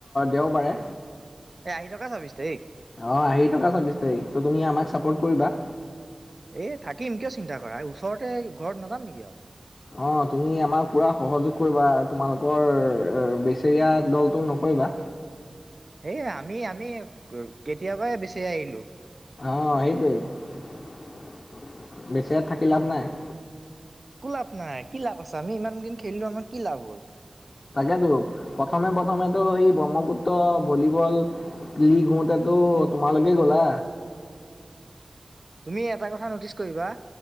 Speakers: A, on the left; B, on the right.
A: দেওবাৰে।
B: এই আহি থকা ছাব্বিছ তাৰিখ?
A: অ' অহি থকা ছাব্বিছ তাৰিখ? তুমি আমাক ছাপৰ্ট কৰিবা।
B: এ থাকিম, কিয় চিন্তা কৰা ওচৰতে ঘৰত নাযাম নেকি আৰু।
A: অ' তুমি আমাক পূৰা সহযোগ কৰিবা আৰু, তোমালোকৰ বেচেৰীয়া দলটো নকৰিবা।
B: এই আমি, আমি কেতিয়াবাই বেচেৰিয়া এৰিলো।
A: অ' সেইটোৱেই, বেচেৰিয়াত থাকি লাভ নাই।
B: একো লাভ নাই, কি লাভ আছে। আমি ইমান দিন খেলিলো আমাৰ কি লাভ হ'ল?
A: তাকেতো, প্ৰথমে প্ৰথমেতো সেই ব্ৰহ্মপুত্ৰ ভলীবল লীগ হওঁতেটো তোমালকেই গ'লা।
B: তুমি এটা কথা নটিচ কৰিবা।